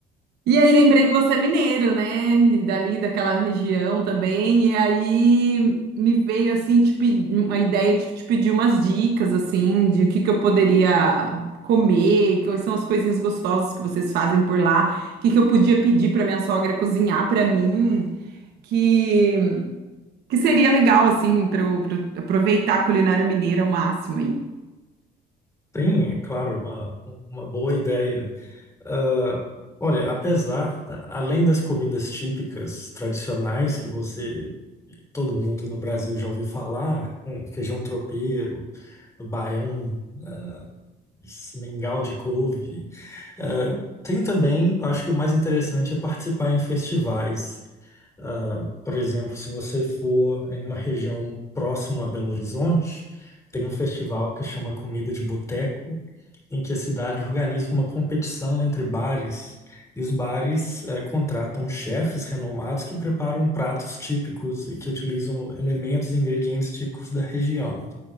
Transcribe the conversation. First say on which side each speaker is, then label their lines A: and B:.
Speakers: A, on the right (about 75°); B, on the left (about 20°).
A: E aí lembrei que você é mineiro, né? E dali daquela região também. E aí me veio assim te pe- uma ideia de te pedir umas dicas assim de o que que eu poderia comer, quais são as coisinhas gostosas que vocês fazem por lá, o que que eu podia pedir para minha sogra cozinhar para mim, que que seria legal assim para eu, pra eu aproveitar a culinária mineira ao máximo aí.
B: Tem, é claro, uma, uma boa ideia. Ah, olha, apesar, a- além das comidas típicas tradicionais que você, todo mundo no Brasil já ouviu falar, né, feijão tropeiro, baião, ah, s- mingau de couve, ah, tem também, acho que o mais interessante é participar em festivais. Ah, por exemplo, se você for em uma região próxima a Belo Horizonte, tem um festival que chama Comida de Boteco, em que a cidade organiza uma competição entre bares, e os bares eh, contratam chefes renomados que preparam pratos típicos e que utilizam elementos e ingredientes típicos da região.